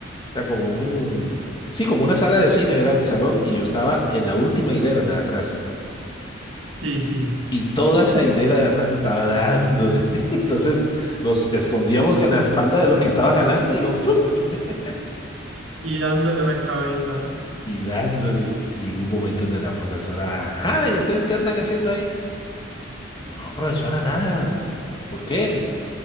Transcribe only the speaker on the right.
Sí, sí.
Y dándole a la cabeza.